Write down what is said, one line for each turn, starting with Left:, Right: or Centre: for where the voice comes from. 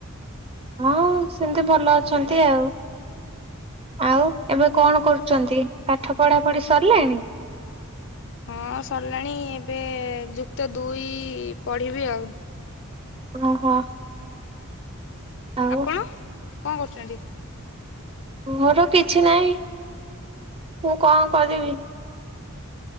Right: ହଁ ସେମିତି ଭଲ ଅଛନ୍ତି ଆଉ। ଆଉ ଏବେ କଣ କରୁଛନ୍ତି ପାଠ ପଢା ପଢି ସରିଲାଣି।
Left: ହଁ ସରିଲାଣି ଏବେ ଯୁକ୍ତ ଦୁଇ ପଢ଼ିବି ଆଉ।
Right: ଓହୋ। ଆଉ
Left: ଆପଣ କଣ କରୁଛନ୍ତି?
Right: ମୋର କିଛି ନାହିଁ ମୁଁ କଣ କରିବି?